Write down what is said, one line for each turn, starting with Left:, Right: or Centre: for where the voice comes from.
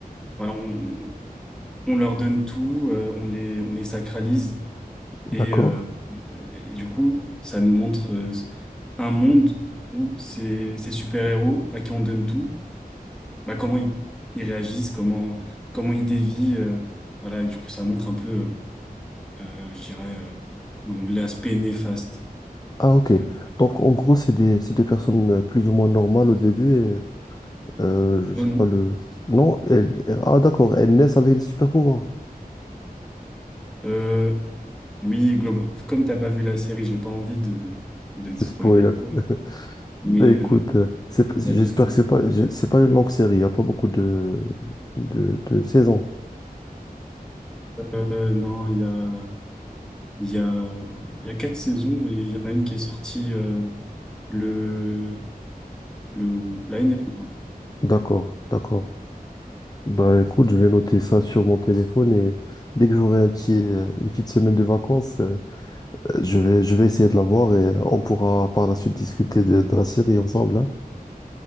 Centre: bah, on on leur donne tout, euh, on les, on les sacralise.
Left: <laughs> D'accord.
Centre: Et, euh, et du coup, ça nous montre euh, un monde où ces, ces super-héros à qui on donne tout, bah, comment ils, ils réagissent, comment, comment ils dévient. euh, voilà, et du coup, ça montre un peu, euh, euh, je dirais, euh, l'aspect néfaste
Left: Ah, ok.
Centre: de...
Left: Donc, en gros, c'est des, c'est des personnes euh, plus ou moins normales au début. Et, euh, je sais
Centre: Non, non.
Left: pas le. Non, elles- elles- ah, d'accord. Elles naissent avec des super-pouvoirs.
Centre: Euh, oui, globa- comme t'as pas vu la série, j'ai pas envie de, de te spoiler
Left: Le Spoil. un
Centre: ou
Left: peu.
Centre: quoi, mais
Left: Ben, écoute,
Centre: euh,
Left: euh, c'est j'espère
Centre: on va dire que c'est
Left: que c'est
Centre: ça.
Left: pas, je- c'est pas une longue série. Il n'y a pas beaucoup de, de, de saisons.
Centre: Euh, non, il y a... Il y a, il y a quatre saisons et il y en a une qui est sortie euh, le, le, l'année dernière.
Left: D'accord, d'accord. Bah écoute, je vais noter ça sur mon téléphone et dès que j'aurai un petit, euh, une petite semaine de vacances, euh, je vais, je vais essayer de la voir et on pourra par la suite discuter de, de la série ensemble. hein.